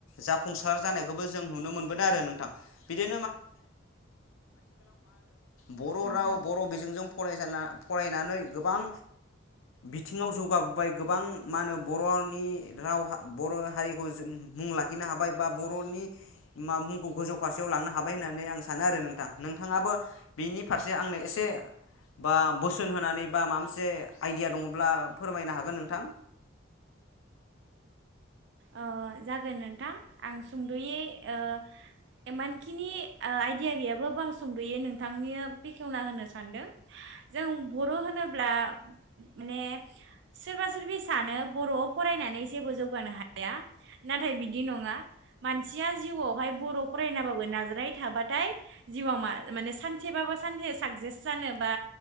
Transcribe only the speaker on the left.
जाफुंसार जानायखौबो जों नुनो मोनबोदों आरो नोंथां बिदि बर'
राव बर' बिजोंजों फरायसाना फरायनानै गोबां बिथिङाव जौगाबोबाय गोबां मा होनो बर'नि राव बर' हारिखौ जों मुं लाखिनो हाबाय बा बर'नि मा मुंखौ गोजौ फारसे लांनो हाबाय होननानै आं सानो आरो नोंथां नोंथाङाबो बिनि फारसे आंनो एसे बा बोसोन होनानै बा माबा मोनसे आइडिया दङब्ला फोरमायनो हागोन नोंथां।